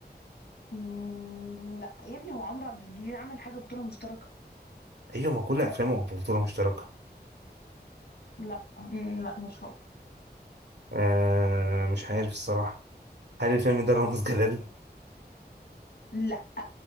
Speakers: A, on the left; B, on the right.
A: مم، لا يا ابني هو عمرو عبد الجليل عمل حاجة بطولة مشتركة
B: ايوه ما كل افلامه بطوله مشتركه
A: لا مم، لا مش هو
B: آه مش عارف الصراحه هل الفيلم ده رامز جلال
A: لا